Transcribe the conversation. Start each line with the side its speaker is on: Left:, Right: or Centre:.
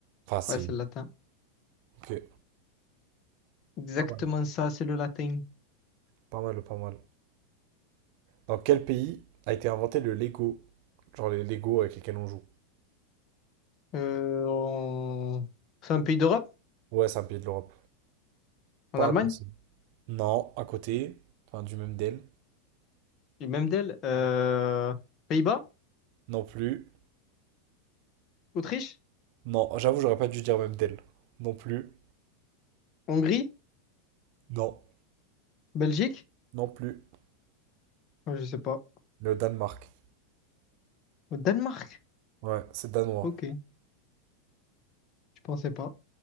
Right: Enfin, c'est.
Left: ouais, c'est le latin.
Right: Ok.
Left: Exactement
Right: Pas mal.
Left: ça, c'est le latin.
Right: Pas mal, pas mal. Dans quel pays a été inventé le Lego? Genre les Lego avec lesquels on joue.
Left: Euh, on- C'est un pays d'Europe,
Right: Ouais, c'est un pays de l'Europe.
Left: en
Right: Pas
Left: Allemagne,
Right: impossible. Non, à côté. Enfin, du même d'elle.
Left: et même d'elle. euh, Pays-Bas,
Right: Non plus.
Left: Autriche,
Right: Non, j'avoue, j'aurais pas dû dire même d'elle. Non plus.
Left: Hongrie,
Right: Non.
Left: Belgique,
Right: Non plus.
Left: Ouais, je sais pas.
Right: Le Danemark.
Left: Au Danemark,
Right: Ouais, c'est danois.
Left: ok, je pensais pas.